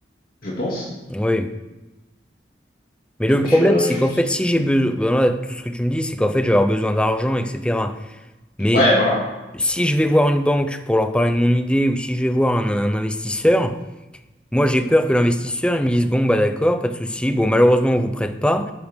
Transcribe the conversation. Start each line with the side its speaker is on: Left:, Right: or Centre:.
Left: je pense.
Centre: Ouais. Mais le
Left: Donc,
Centre: problème,
Left: euh,
Centre: c'est
Left: je-
Centre: qu'en fait, si j'ai besoin. ben là, tout ce que tu me dis, c'est qu'en fait, je vais avoir besoin d'argent, etc. Mais
Left: ouais, voilà.
Centre: si je vais voir une banque pour leur parler de mon idée, ou si je vais voir un, un investisseur, moi j'ai peur que l'investisseur, il me dise, bon, bah d'accord, pas de souci, bon, malheureusement, on vous prête pas.